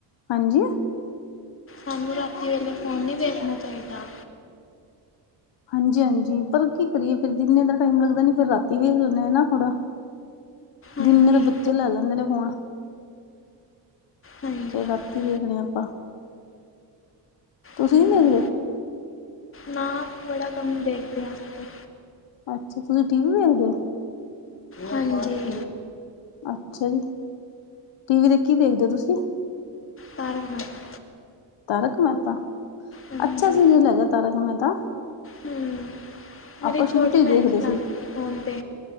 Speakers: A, on the left; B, on the left.
A: ਹਾਂਜੀ।
B: ਹਾਂਜੀ, ਰਾਤੀ ਵੇਲੇ ਫ਼ੋਨ ਨਹੀਂ ਵੇਖਣਾ ਚਾਹੀਦਾ।
A: ਹਾਂਜੀ-ਹਾਂਜੀ ਪਰ ਕੀ ਕਰੀਏ ਫੇਰ ਦਿਨੇ ਦਾ ਟਾਈਮ ਲੱਗਦਾ ਨੀ ਫੇਰ ਰਾਤੀ ਵੇਖ ਲੈਣੇ ਨਾ ਥੋੜ੍ਹਾ।
B: ਹਾਂਜੀ
A: ਦਿਨੇ ਤਾਂ ਬੱਚੇ ਲੈ ਲੈਂਦੇ ਨੇ ਫੋਨ,
B: ਹਾਂਜੀ
A: ਫੇਰ
B: ਹਾਂਜੀ
A: ਰਾਤੀ ਵੇਖ ਦਿਆ ਆਪਾਂ। ਤੁਸੀਂ
B: ਹਮ
A: ਨੀ ਦੇਖਦੇ?
B: ਨਾ ਬੜਾ ਕੰਮ ਦੇਖਦੇ ਹਾਂ। ਅਸੀਂ
A: ਅੱਛਾ, ਤੁਸੀਂ ਟੀ ਵੀ ਵੇਖਦੇ ਹੋ?
B: ਹਾਂਜੀ।
A: ਅੱਛਾ ਜੀ, ਟੀ ਵੀ ਤੇ ਕੀ ਦੇਖਦੇ ਹੋ ਤੁਸੀਂ,
B: ਤਾਰਕ ਮੈਹਤਾ,
A: ਤਾਰਕ ਮਹਿਤਾ,
B: ਹਾਂਜੀ
A: ਅੱਛਾ ਸੀਰੀਅਲ ਹੈਗਾ ਤਾਰਕ ਮਹਿਤਾ।
B: ਹਮ ਮੇਰੀ
A: ਆਪਾਂ ਸ਼ੁਰੂ
B: ਛੋਟੀ
A: ਤੋਂ
B: ਭੈਣ
A: ਹੀ ਦੇਖਦੇ
B: ਚਲਾਉਂਦੀ
A: ਸੀ,
B: ਹੈ ਫੋਨ ਤੇ